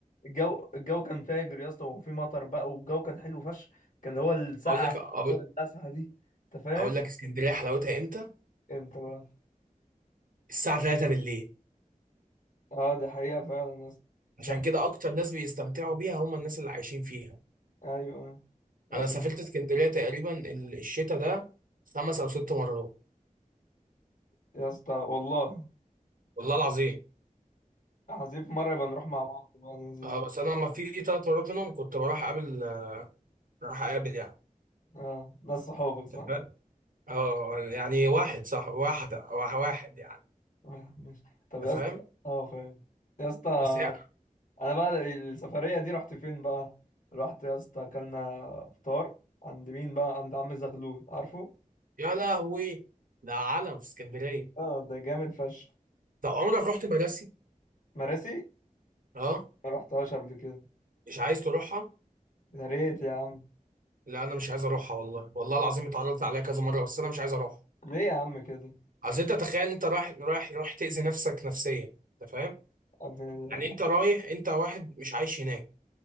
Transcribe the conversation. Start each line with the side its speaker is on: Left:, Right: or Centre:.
Left: الجو الجو كان فاجر يا اسطى وفي مطر بقى والجو كان حلو فشخ كان هو الساعه
Right: اقول لك اقول
Left: هو التاسعه دي انت فاهم
Right: اقول لك اسكندريه حلاوتها امتى
Left: امتى بقى
Right: الساعة 3 بالليل
Left: اه دي حقيقه فعلا يا اسطى
Right: عشان
Left: صح
Right: كده أكتر ناس بيستمتعوا بيها هم الناس اللي عايشين فيها
Left: ايوه يا
Right: أنا
Left: اسطى
Right: سافرت اسكندرية تقريبا ال- الشتا ده خمس أو ست مرات
Left: يا اسطى والله
Right: والله العظيم
Left: عايزين في مره يبقى نروح مع بعض بقى ننزل
Right: اه
Left: نت-
Right: بس أنا ما في تلات مرات منهم كنت بروح أقابل راح أقابل يعني
Left: اه ناس صحابك صح
Right: أنت فاهم؟ اه يعني واحد صح واحدة أو واحد يعني
Left: آه، ماشي. طب يا
Right: أنت فاهم
Left: اسطى اه فاهم يا اسطى
Right: بس يا
Left: انا بقى السفريه دي رحت فين بقى رحت يا اسطى اكلنا فطار عند مين بقى عند عم زغلول عارفه
Right: يا لهوي ده عالم في اسكندرية
Left: اه ده جامد فشخ
Right: طب عمرك رحت مراسي؟
Left: ومراسي
Right: اه
Left: ما رحتهاش قبل كده
Right: مش عايز تروحها؟
Left: يا ريت يا عم
Right: لا أنا مش عايز أروحها والله والله العظيم اتعرضت عليها كذا مرة بس أنا مش عايز أروح
Left: ليه يا عم كده
Right: اصل انت تخيل ان انت رايح رايح رايح تأذي نفسك نفسيا انت فاهم
Left: قبل-
Right: يعني انت رايح انت واحد مش عايش هناك